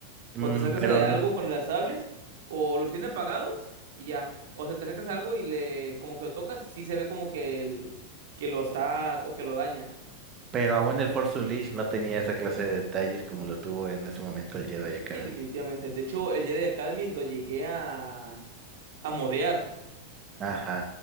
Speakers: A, on the right; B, on the right.
A: Mm,
B: Cuando te acercas
A: pero
B: a
A: n-
B: algo con las sables, o los tiene apagados y ya. O sea, te acercas a algo y le como que lo tocas, sí se ve como que el que lo está o que lo daña.
A: pero aún el Force Unleashed no tenía esa clase de detalles como lo tuvo en ese momento el Jedi Academy.
B: Sí, definitivamente. De hecho, el Jedi Academy lo llegué a, a modear.
A: Ajá.